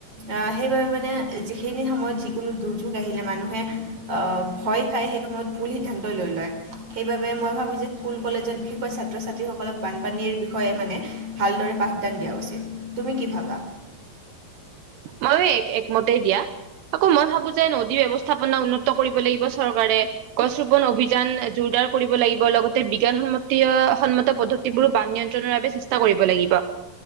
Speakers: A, on the right; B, on the right.
A: অ' সেইবাবে মানে যিখিনি সময়ত যিকোনো দুৰ্যোগ আহিলে মানুহে আহ, ভয় খাই সেই সময়ত ভুল সিদ্ধান্ত লৈ লয়। সেইবাবে মই ভাবো যে স্কুল কলেজত বিশেষকৈ ছাত্ৰ ছাত্ৰী সকলক বানপানীৰ বিষয়ে মানে ভালদৰে পাঠ দান দিয়া উচিত, তুমি কি ভাবা?
B: মইও এক একমতেই দিয়া, আকৌ মই ভাবো যে নদী ব্যৱস্থাপনা উন্নত কৰিব লাগিব চৰকাৰে। গছ ৰোপন অভিযান জোৰদাৰ কৰিব লাগিব লগতে বিজ্ঞান সন্মতি সন্মত পদ্ধ এইবোৰ বান নিয়ন্ত্ৰণৰ বাবে চেষ্টা কৰিব লাগিব।